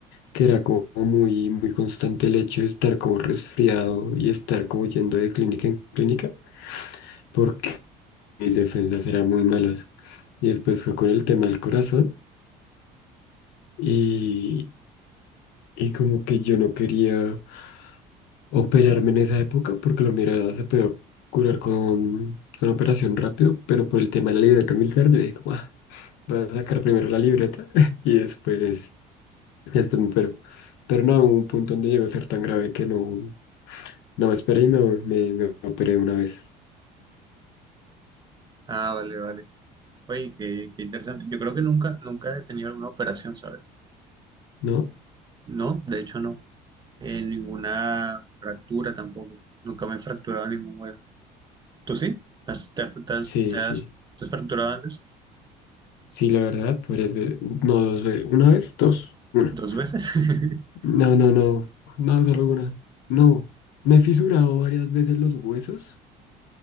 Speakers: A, on the left; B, on the right.
A: que era como muy, muy constante el hecho de estar como resfriado y estar como yendo de clínica en clínica, porque mis defensas eran muy malas. Y después fue con el tema del corazón y, y como que yo no quería operarme en esa época porque lo mira se podía curar con, con operación rápido, pero por el tema de la libreta militar yo dije como, ah, voy a sacar primero la libreta <laughs> y después, después me opero. Pero no, hubo un punto donde llegó a ser tan grave que no. No me esperé y me, me, me operé una vez,
B: Ah, vale, vale. Oye, qué, qué interesante. Yo creo que nunca, nunca he tenido alguna operación, ¿sabes?
A: ¿no?
B: No, de hecho no. Eh, ninguna fractura tampoco. Nunca me he fracturado ningún hueso. ¿Tú sí? ¿Te has, te has- te has-
A: Sí,
B: te has-
A: sí.
B: te has fracturado antes?
A: Sí, la verdad, varias veces. No, dos veces. ¿Una vez? Dos. Una.
B: ¿Dos veces? <laughs>
A: No, no, no. No, solo una. No. Me he fisurado varias veces los huesos,